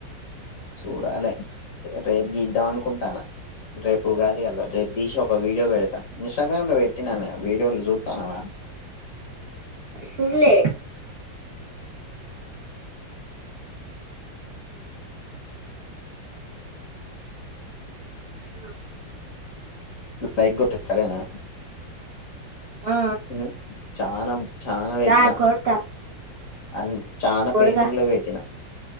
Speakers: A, on the left; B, on the right.
A: చూడాలె రేపు గీద్దాం అనుకుంటాను రేపు ఉగాది గదా రేప్ దీసి ఒక వీడియో బడత ఇన్స్టాగ్రామ్ లో బెట్టిన నెన్ వీడియోలు జూత్తాన్నవా <inaudible>
B: సుడ్లే హలో
A: లైక్ గొట్టు సరేనా
B: ఆ
A: మ్ చానం చానా వెట్టిన
B: దా కొడతా
A: అ చానా
B: కొడతా
A: పెయింటింగ్లే పెట్టినా